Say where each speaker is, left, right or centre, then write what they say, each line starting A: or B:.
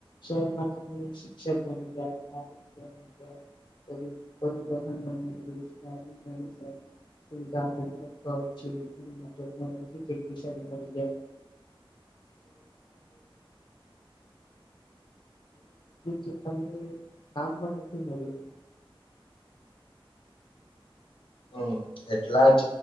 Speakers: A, on the left; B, on the left.
A: શહેરમાં તમે શિક્ષક બની જાય આરોગ્ય બની જાય દહને રજગ સુવિધાઓ ઉપલબ્ધ હોય છે ટેકનોલોજી કેટલી સારી મળી બ અ બદલી છે તમને કામમાં નથી મળ્યું એ
B: હમ એટલા જ